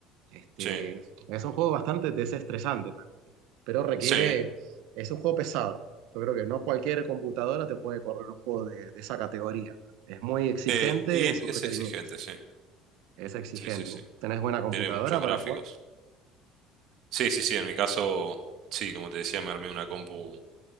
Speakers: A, on the right; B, on the right.
A: Este,
B: Sí.
A: es un juego bastante desestresante también, ¿viste? Pero requiere.
B: Sí.
A: Es un juego pesado. Yo creo que no cualquier computadora te puede correr un juego de, de esa categoría. Es muy exigente
B: Eh, y
A: en
B: es,
A: sus
B: es
A: requerimientos.
B: exigente, sí.
A: Es exigente.
B: Sí, sí, sí.
A: ¿Tenés buena computadora
B: Tiene muchos
A: para
B: gráficos.
A: jugar?
B: Sí, sí, sí. En mi caso, sí, como te decía, me armé una compu